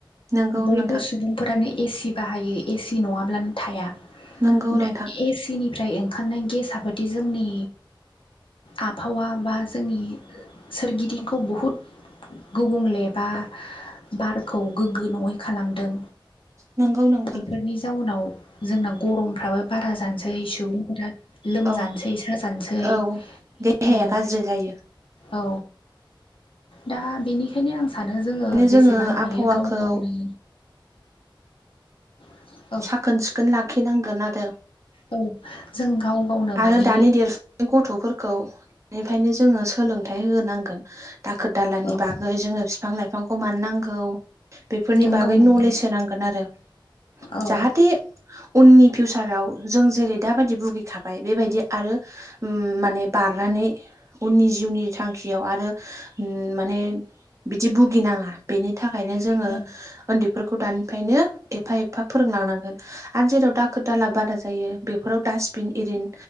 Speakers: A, on the right; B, on the left.
A: नंगौ
B: बयबो
A: नोंथां
B: सुबुं फोरानो एसि बाहायो एसि नङाब्लानो थाया
A: नंगौ
B: दम
A: नोंथां
B: ए सिनिफ्राय ओंखारनाय गेस आ बाददि जोंनि आबहावा बा जोंनि सोरगिदिंखौ बहुद गुबुंलेबा बारखौ गोग्गो नङै खालामदों
A: नंगौ नोंथां
B: बेफोरनि जाउनाव जोंना गरमफ्राबो बारा जानोसै सुबुंफोरा लोमजानोसै
A: औ
B: साजानोसै
A: औ देहाया
B: औ
A: गाज्रि जायो
B: औ दा बेनिख ओंखायनो आं सानो जोङो
A: बिनो
B: जेसेबां हायो
A: आबहावाखौ
B: गाव गावनो <inaudible>
A: साखोन सिखोन लाखिनांगोन आरो
B: औ जों गाव गावनो
A: आरो
B: मानि
A: दानि देरफ गथ'फोरखौ बेनिफ्रायनो जोङो सोलोंथाइ होनांगोन दाखोर दालानि
B: औ
A: बागै जोङो बिफां लाइफांखौ मानो नांगौ बेफोरनि
B: नंगौ
A: बागै
B: नंगौ
A: नलेज होनांगोन आरो
B: औ
A: जाहाथे उननि फिउसाराव जों जेरै दाबायदि भुगिखाबाय बेबायदि आरो माने बारनानै उननि जिउनि थांखियाव आरो माने बिदि भुगिनाङा बेनि थाखायनो जोङो
B: औ
A: उन्दैफोरखौ दानिफ्रायनो एफा एफा एफा फोरोंलांनांगोन आरो जेराव दाखोर दाला बादा जायो बेफोराव डास्टबिन एरिन